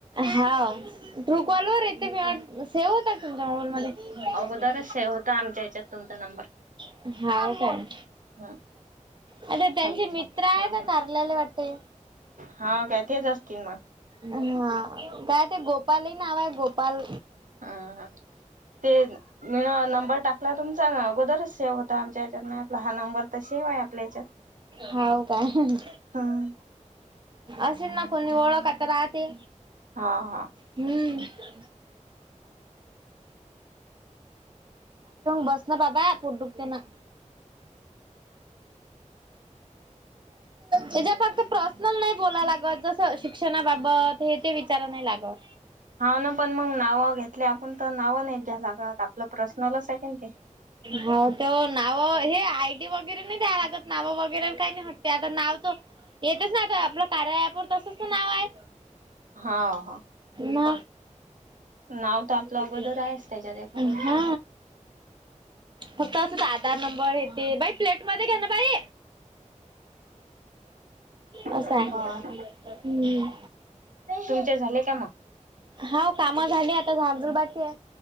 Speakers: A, on the right; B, on the right.
A: हा ट्रू कॉलवर येते, सेव्ह होता तुमच्या मोबाईल मध्ये
B: अगोदरच सेव्ह होता आमच्या ह्याच्यात तुमचा नंबर
A: <inaudible> हाव काय
B: हम्म.
A: आता त्यांचे
B: काही नाही
A: मित्र
B: फक्त
A: आहे
B: नाव
A: का कारल्याला वाटते
B: हा काय तेच असतील मग
A: हा काय ते गोपाली नाव आहे गोपाल
B: अह ते मी ना नंबर टाकला तुमचा ना अगोदर सेव होता आमच्या ह्यच्यात मी म्हटलं हा नंबर तर सेव आहे आपल्या ह्याच्यात
A: हाव काय
B: हम्म
A: असेल ना कोणी ओळख आता राहते.
B: हा हा.
A: हम्म बस ना दादा पोट दुखते ना त्याच्या फक्त पर्सनल नाही बोलाला लागत. शिक्षणाबाबत हे ते विचारा नाही लागत.
B: हा ना पण मग नावं घेतली आपण तर नावं नाही द्या लागत आपलं पर्सनलच आहे क ते.
A: हा ते नावं हे आयडी वगैरे नाही द्याय लागत नावं वगैरे काही नाही वाटते आता नाव तो येतचं ना आता आपलं कार्या अँप तसचं तर नाव आहे.
B: हा हा.
A: ना.
B: नाव तर आपलं
A: अ
B: अगोदर आहेच त्याच्यात एका वरी.
A: हा. फक्त असंच आधार नंबर हे ते बाई प्लेट मध्ये घ्या ना बाई. असं
B: बर
A: आहे. हम्म.
B: तुमचे झाले का मग?
A: हो काम झाली आता झाजुलबाग.